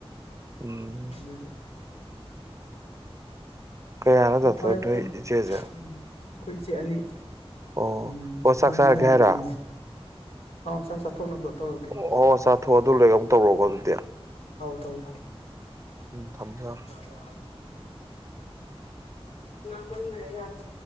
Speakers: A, on the right; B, on the left.
A: ꯎꯝ
B: ꯑꯗꯨꯗꯤ
A: ꯀꯌꯥꯅ
B: ꯑꯣ
A: ꯆꯊꯣꯔ
B: ꯐꯔꯦ
A: ꯅꯣꯏ
B: ꯐꯔꯦ
A: ꯏꯆꯦꯖꯦ
B: ꯎꯝ ꯑꯩꯈꯣꯏ ꯏꯆꯦ ꯑꯅꯤ
A: ꯑꯣ
B: ꯎꯝ
A: ꯑꯣ ꯆꯥꯛ
B: ꯃꯅꯤꯡꯗ
A: ꯆꯥꯔꯒꯦ
B: ꯑꯃ
A: ꯍꯥꯏꯔ
B: ꯑꯣꯝꯃꯦ ꯑꯥꯎ ꯆꯥꯛ ꯆꯥꯊꯣꯛꯅꯕ ꯇꯧꯔꯒꯦ
A: ꯑꯣ ꯑꯣ ꯆꯥꯊꯣꯛ ꯑꯗꯨ ꯂꯩꯣꯏꯔꯒ ꯑꯃꯨꯛ ꯇꯧꯔꯛꯑꯣꯒꯣ ꯑꯗꯨꯗꯤ
B: ꯇꯧꯦ
A: ꯎꯝ ꯊꯝꯃꯣ ꯊꯝꯃꯣ
B: ꯍꯥꯏꯕꯣ ꯍꯥꯏꯣ ꯉꯔ ꯌꯥꯗ